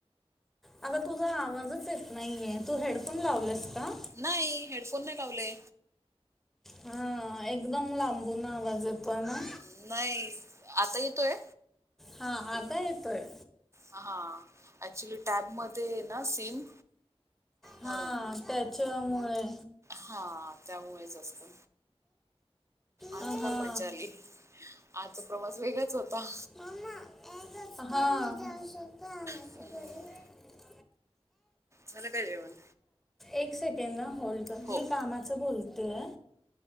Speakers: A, in the centre; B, on the right.
A: आगं तुझा आवाजच येत नाहीये, तू हेडफोन लावलेस का?
B: नाही हेडफोन नाही लावले.
A: हा एकदम लांबून आवाज येतोय
B: हम्म,
A: ना.
B: नाही, आता येतोय?
A: हा आता येतोय.
B: हा ऍक्च्युली टॅबमध्ये हे ना सिम. म्हणून
A: हा त्याच्यामुळे.
B: हा त्यामुळेच असतं. आज
A: हा
B: तं फार मज्जा आली आजचा प्रवास वेगळाच होता.
A: हा.
B: हम्म. झालं काय जेवण?
A: एक सेकंद ना होल्ड कर,
B: हो
A: मी कामाच बोलतेये.